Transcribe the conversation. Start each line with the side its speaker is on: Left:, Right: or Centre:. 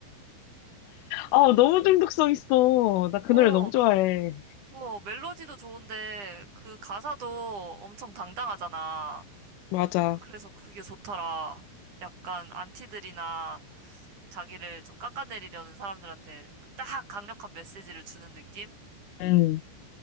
Left: 아, 너무 중독성 있어. 나 그
Right: 어,
Left: 노래 너무 좋아해.
Right: 뭐, 멜로디도 좋은데, 그 가사도 엄청 당당하잖아.
Left: 맞아.
Right: 그래서 그게 좋더라. 약간, 안티들이나, 자기를 좀 깎아내리려는 사람들한테 딱 강력한 메시지를 주는 느낌?
Left: 응,